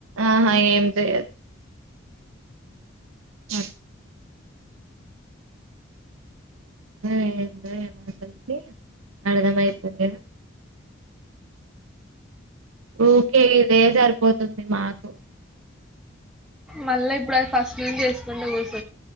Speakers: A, on the right; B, in the centre.
A: ఆహా ఏం చెయద్ ఆ ఎ మాసకి అర్థమితది లేదు ఊరికే ఇదే సరిపోతుంది మాకు
B: మళ్ళా ఇప్పుడు అది ఫస్ట్ నుంచి చేసుకుంట కూర్చ